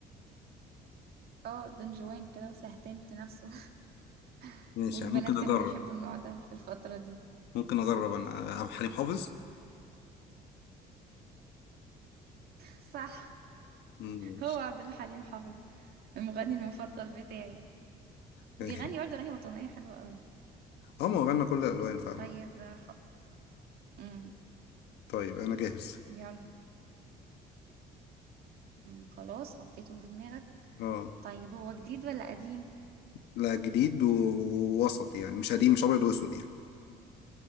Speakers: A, on the right (about 65°); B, on the left (about 80°).
A: اه دون جوان كده وسهتان في نفسه <laughs>
B: ماشي
A: والبنات
B: يعني ممكن
A: كانوا
B: أجرب
A: بيحبوا النوع ده في الفترة دي
B: ممكن أجرب أنا عبد الحليم حافظ
A: صح
B: ماشي
A: هو عبد الله حليم حافظ المغني المفضل بتاعي
B: <laughs>
A: بيغني برضه اغاني وطنيه حلوه قوي
B: أه ما هو غنى كل الألوان فعلا
A: طيب ح... مم.
B: طيب أنا جاهز
A: يلا مم. خلاص حطيته في دماغك
B: أه
A: طيب هو جديد ولا قديم
B: لا جديد و- ووسط يعني مش قديم مش أبيض وأسود يعني